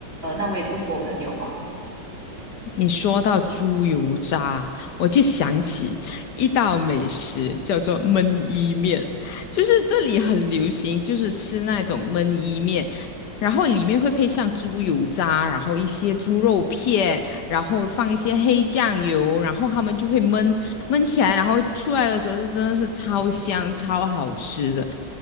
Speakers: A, on the right; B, on the left.
A: 呃那位中国朋友吗？
B: 你说到猪油渣，我就想起一道美食叫做焖伊面，就是这里很流行，就是吃那种焖伊面，然后里面会配上猪油渣，然后一些猪肉片，然后放一些黑酱油，然后他们就会焖焖起来，然后出来的时候就真的是超香、超好吃的，